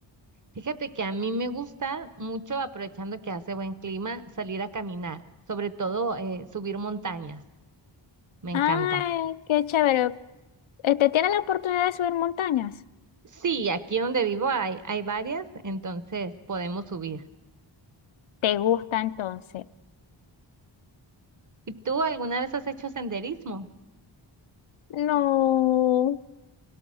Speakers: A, on the right; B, on the left.
A: Fíjate que a mí me gusta mucho, aprovechando que hace buen clima, salir a caminar, sobre todo eh, subir montañas. Me encanta.
B: Ay, qué chévere. Este, ¿tienes la oportunidad de subir montañas?
A: Sí, aquí donde vivo hay, hay varias, entonces podemos subir.
B: ¿Te gusta entonces?
A: ¿Y tú alguna vez has hecho senderismo?
B: No,